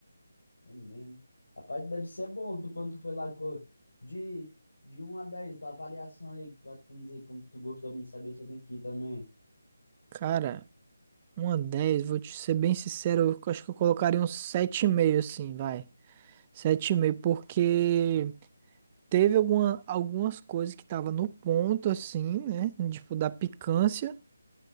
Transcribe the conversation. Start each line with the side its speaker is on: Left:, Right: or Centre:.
Left: É mesmo. Rapaz, deve ser bom tu, quando tu foi lá. co- De, de um a 10 tua avaliação aí, que tu vai tu dizer como tu gostou de me saber se eu tenho que ir também.
Right: Cara, uma dez. vou te ser bem sincero, eu acho que eu colocaria um sete e meio, assim, vai. Sete e meio, porque teve alguma, algumas coisas que tava no ponto, assim, né? Tipo, da picância,